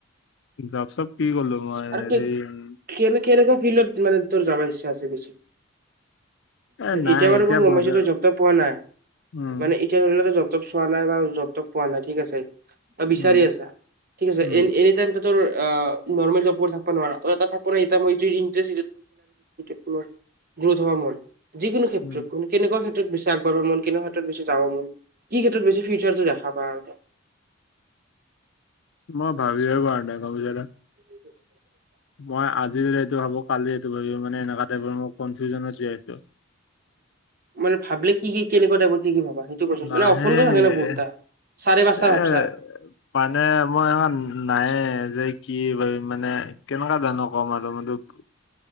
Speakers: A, on the left; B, on the right.
A: যপ চপ কি কৰিলোঁ মই
B: আৰু
A: হেৰি
B: কে
A: উ
B: কেনে কেনেকুৱা ফিল্ডত মানে তোৰ যাবাৰ ইচ্ছা আছে বেছি
A: এ নাই
B: এতিয়া বাৰু মই গম
A: বৰ্ত
B: পাইছোঁ তই জব চপ পোৱা নাই
A: উম
B: মানে তেতিয়া ধৰি ল জবটপ চোৱা নাই বা জবটপ পোৱা নাই ঠিক আছে বিচাৰি
A: উম
B: আছা ঠিক আছে
A: উম
B: এ এনি টাইম ত তোৰ অ নৰ্মেল জব কৰি থাকিব নোৱাৰা তই এটা থাকব <unintelligible> গুৰু ধৰ্মত যিকোনো
A: উম
B: কেনেকা ক্ষেত্ৰত বিচাগবঢ় মন কেনে ক্ষেত্ৰতবেছি যাব মন কি ক্ষেত্ৰত বে <unintelligible>
A: মই ভাবিব পাৰা নাই <unintelligible>
B: <unintelligible>
A: মই আজি যদি এইটো ভাবোঁ কালি এইটো ভাবি মানে এনেকুৱা টাইপৰ মই কনফিউজনত জীয়াই আছোঁ
B: মানে ভাবিলে কি কেনেকুৱা টাইপ কি ভাবা সেইটো কৈছোন
A: লাহে
B: মানে অসমটো থাকে ন বহুতটা
A: এ
B: চাৰে পাঁচটা
A: এ
B: ভাবছা
A: মানে মই এনেমান নাইে যে কি মানে। কেনেকুৱা ধানৰ কম আৰু তোক।